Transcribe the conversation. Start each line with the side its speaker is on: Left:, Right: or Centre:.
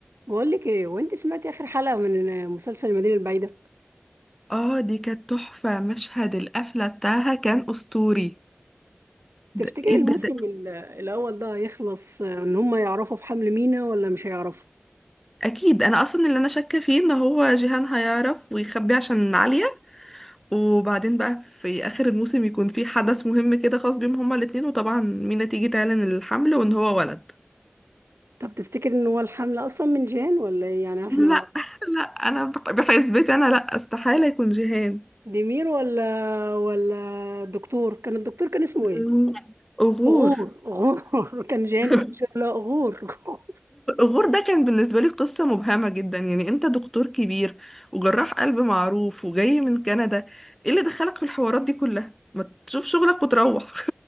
Right: بقول لك ايه وانت سمعتي اخر حلقه من مسلسل المدينه البعيده
Centre: اه دي كانت تحفة مشهد القفلة بتاعها كان أسطوري ده
Right: تفتكري
Centre: ايه
Right: الموسم
Centre: ده, ده
Right: ال- الاول ده هيخلص ان هم يعرفوا بحمل مينا ولا مش هيعرفوا
Centre: اكيد انا اصلا اللي انا شاكة فيه ان هو جيهان هيعرف ويخبي عشان عليا وبعدين بقى في اخر الموسم يكون في حدث مهم كده خاص بيهم هما الاتنين وطبعا مينا تيجي تعلن الحمل وان هو ولد
Right: طب تفتكر ان هو الحمل اصلا من جان ولا ايه يعني احنا
Centre: لا <laughs> لا انا بح- بحسبتي انا لا استحالة يكون جيهان
Right: ديمير ولا ولا دكتور كان الدكتور كان اسمه
Centre: لا.
Right: ايه
Centre: أغور
Right: غور غور <laughs> كان جان
Centre: <laughs>
Right: كل شويه لا غور <laughs>
Centre: غور ده كان بالنسبة لي قصة مبهمة جدا يعني انت دكتور كبير وجراح قلب معروف وجاي من كندا ايه اللي دخلك في الحوارات دي كلها ما تشوف شغلك وتروح